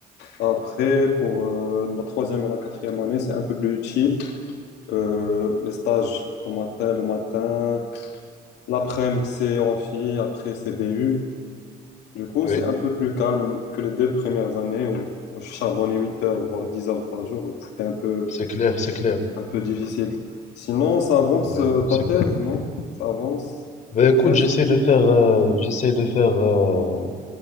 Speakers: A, on the left; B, on the left.
A: Après, pour euh, la troisième et la quatrième année, c'est un peu plus utile. Euh, les stages au matin, le matin. L'après-midi, c'est amphi, après, c'est BU. Du coup, c'est
B: oui,
A: un peu plus calme que les deux premières années où, où je charbonnais 8 heures, voire 10 heures par jour. C'était un peu,
B: c'est clair, c'est clair.
A: un peu difficile. Sinon, ça avance
B: Bah
A: euh,
B: écoute,
A: ta
B: c'est
A: thèse,
B: clair.
A: non? Ça avance,
B: Bah
A: t'es presque.
B: écoute, j'essaie de faire, euh, j'essaie de faire euh,